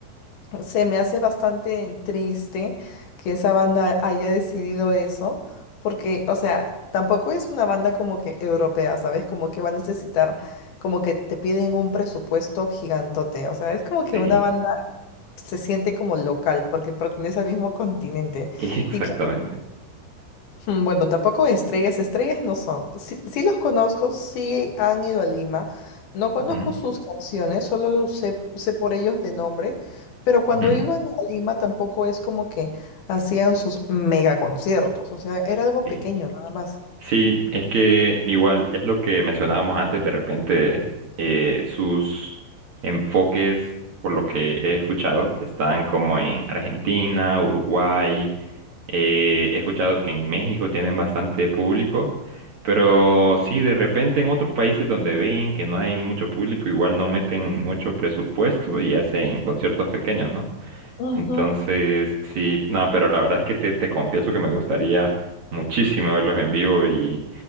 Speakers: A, on the left; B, on the right.
A: se me hace bastante triste que esa banda haya decidido eso, porque, o sea, tampoco es una banda como que europea, ¿sabes? Como que va a necesitar, como que te piden un presupuesto gigantote, o sea, es como que
B: sí,
A: una banda se siente como local, porque pertenece al mismo continente.
B: exactamente.
A: Y que Mm, Bueno, tampoco estrellas, estrellas no son. Sí, sí los conozco, sí han ido a Lima. No conozco
B: Ujú,
A: sus canciones, solo los sé, sé por ellos de nombre, pero cuando
B: ujú,
A: iban a Lima tampoco es como que hacían sus mega conciertos, o sea, era algo
B: Sí.
A: pequeño nada
B: Sí, es que igual es lo que mencionábamos antes, de repente eh, sus enfoques, por lo que he escuchado, están como en Argentina, Uruguay Eh, he escuchado que en México tienen bastante público, pero sí, de repente en otros países donde ven que no hay mucho público, igual no meten mucho presupuesto y hacen conciertos pequeños, ¿no?
A: más.
B: Entonces, sí, nada, pero la verdad es que te, te confieso que me gustaría muchísimo verlos en vivo y